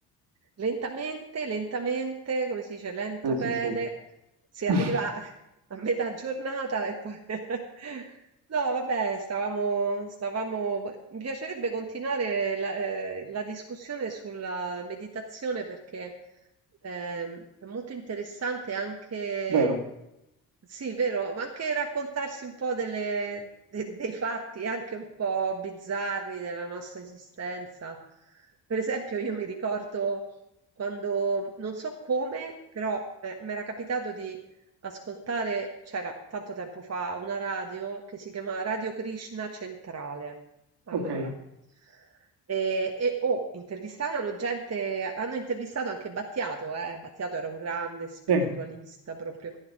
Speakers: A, on the right; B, on the right.
A: Lentamente, lentamente, come si dice, lento
B: Sì,
A: pede,
B: sì, sì.
A: si arriva
B: <laughs>
A: a metà giornata e poi... <laughs> No, vabbè, stavamo, stavamo... Mi piacerebbe continuare la, eh, la discussione sulla meditazione perché ehm, è molto interessante anche...
B: Vero.
A: Sì, vero, ma anche raccontarsi un po' delle- de- dei fatti anche un po' bizzarri della nostra esistenza. Per esempio, io mi ricordo quando non so come, però mi era capitato di ascoltare, c'era tanto tempo fa, una radio che si chiamava Radio Krishna Centrale. Allora,
B: Ok.
A: e, e oh, intervistavano gente, hanno intervistato anche Battiato, eh. Battiato era un grande spiritualista
B: Sì.
A: proprio.